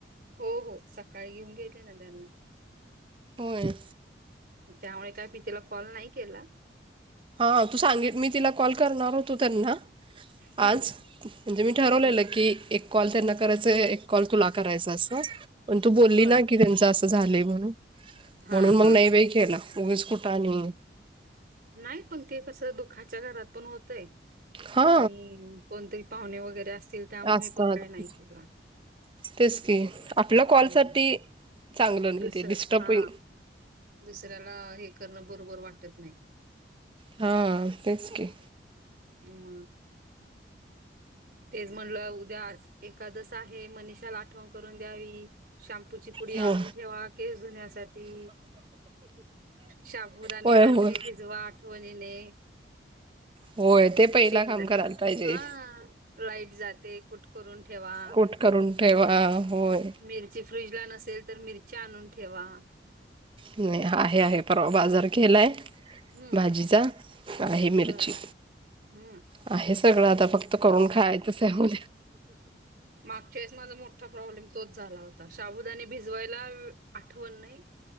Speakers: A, on the right; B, on the right.
A: हो हो सकाळी घेऊन गेले ना त्यांना
B: होय,
A: त्यामुळे काय मी तिला कॉल नाही केला,
B: हा तू सांगी मी तिला कॉल करणार होतो त्यांना
A: हं.
B: आज म्हणजे मी ठरवलेलं
A: हं, हं.
B: की एक, कॉल त्यांना करायच एक कॉल तुला करायचा असं पण, तू बोली
A: बरं.
B: ना की त्यांच असं झालं म्हणून,
A: हां,
B: म्हणून मग
A: हां.
B: नाही बाई केला उगीच कुठं आणि,
A: नाही पण ते कसं दुःखाच्या घरात पण होतय
B: हा
A: आणि, कोणतरी पाहुणे वगैरे असतील, त्यामुळे
B: असतात
A: मी पण काय नाही केला
B: तेच की आपल्या कॉलसाठी
A: हम्म.
B: चांगलं नाही
A: दुसरं
B: ते डिस्टर्बिंग
A: हा दुसऱ्याला हे करणं बरोबर वाटत नाही,
B: हा तेच की,
A: मग. तेच म्हणलं उद्या एकादास आहे मनीषाला आठवण करून द्यावी शॅम्पूची, पुुडी आणून
B: हो
A: ठेवा केस धुण्यासाठी, शाबुदाने
B: होय
A: रात्री
B: होय
A: भिजवा आठवणीने,
B: होय ते पहिला
A: शेंगदा
B: काम करायला पाहिजे
A: हा लाईट जाते कुठ करून ठेवा,
B: कुट करून ठेवा होय,
A: मिरची फ्रीज ला नसेल तर मिरची आणून ठेवा,
B: नाही आहे आहे परवा बाजार केलाय,
A: हं,
B: भाजीचा आहे मिरची,
A: बरं. हम्म
B: आहे सगळं आता फक्त करून खायचंच आहे म
A: मागच्या वेळेस माझा मोठा प्रॉब्लेम तोच झाला होता शाबुदानी भिजवायला आठवण नाही,